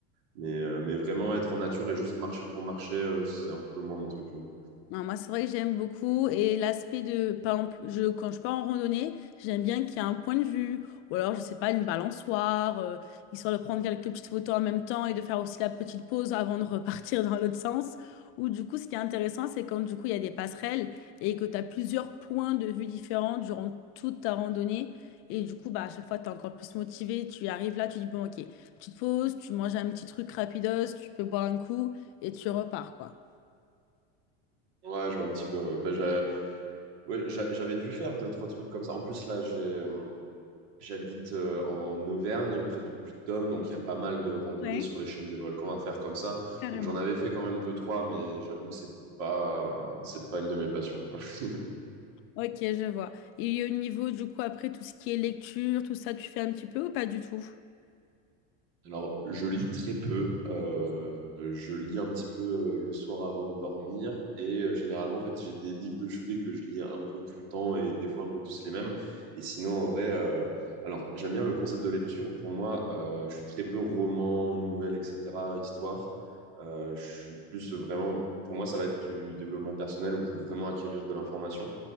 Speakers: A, on the right (about 70°); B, on the left (about 40°).
A: Mais, euh, mais vraiment être en nature et juste marcher pour marcher, euh, c'est un peu moins mon truc, j'avoue.
B: Non, moi, c'est vrai que j'aime beaucoup. Et l'aspect de, par exemple, je, quand je pars en randonnée, j'aime bien qu'il y ait un point de vue, ou alors, je sais pas, une balançoire, euh, histoire de prendre quelques petites photos en même temps et de faire aussi la petite pause avant de repartir dans l'autre sens. Ou du coup, ce qui est intéressant, c'est quand du coup, il y a des passerelles et que tu as plusieurs points de vue différents durant toute ta randonnée. Et du coup, bah, à chaque fois, tu es encore plus motivé. Tu arrives là, tu dis, bon, ok, tu te poses, tu manges un petit truc rapidos, tu peux boire un coup et tu repars, quoi.
A: Ouais, je vois un petit peu, ouais. Bah, j'a- ouais, j'a- j'avais dû faire deux, trois trucs comme ça. En plus, là, j'ai, euh, j'habite euh, en Auvergne, près du Puy-de-Dôme, donc il y a pas mal de randonnées
B: Ouais,
A: sur les chaînes des volcans à faire comme ça.
B: carrément.
A: Donc j'en avais fait quand même deux, trois, mais j'avoue que c'est pas, c'est pas une de mes passions, quoi. <laughs>
B: Ok, je vois. Et au niveau, du coup, après, tout ce qui est lecture, tout ça, tu fais un petit peu ou pas du tout?
A: Alors, je lis très peu. euh, je lis un petit peu euh, le soir avant de dormir. Et euh, généralement, en fait, j'ai des livres de chevet que je lis un peu tout le temps et des fois un peu tous les mêmes. Et sinon, en vrai, euh, alors, j'aime bien le concept de lecture. Pour moi, euh, je suis très peu roman, nouvelle, etc., histoire. Euh, je suis plus vraiment, pour moi, ça va être du développement personnel ou pour vraiment acquérir de l'information.